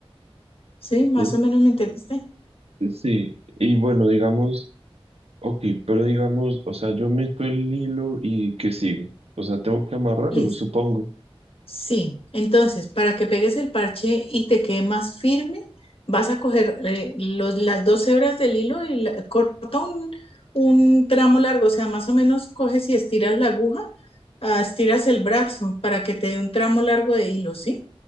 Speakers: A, on the left (about 65°); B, on the right (about 75°).
A: ¿Sí?
B: ok.
A: Más o menos me entendiste.
B: Sí, y bueno, digamos. Ok, pero digamos, o sea, yo meto el hilo y ¿qué sigue? O sea, tengo que amarrarlo,
A: Listo.
B: supongo.
A: Sí. Entonces, para que pegues el parche y te quede más firme, vas a coger eh, los, las dos hebras del hilo y la- corta un, un tramo largo. O sea, más o menos coges y estiras la aguja, ah, estiras el brazo para que te dé un tramo largo de hilo, ¿sí?